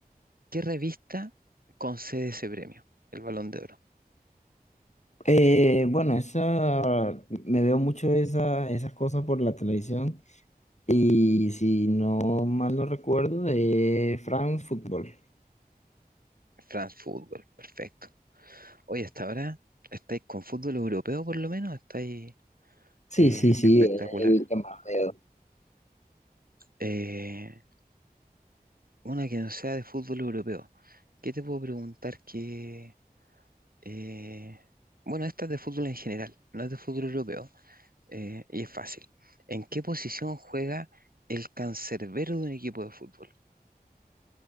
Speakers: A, on the right; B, on the left.
A: ¿Qué revista concede ese premio? El Balón de Oro.
B: Eh, bueno, esa, me veo mucho esa, esas cosas por la televisión y si no mal no recuerdo, de France Football.
A: France Football, perfecto. Oye, hasta ahora estáis con fútbol europeo por lo menos, estáis
B: Sí,
A: eh,
B: sí, sí,
A: espectacular.
B: el, el que más veo.
A: Eh, una que no sea de fútbol europeo. ¿Qué te puedo preguntar que... eh, bueno, esta es de fútbol en general, no es de fútbol europeo, eh, y es fácil. ¿En qué posición juega el cancerbero de un equipo de fútbol?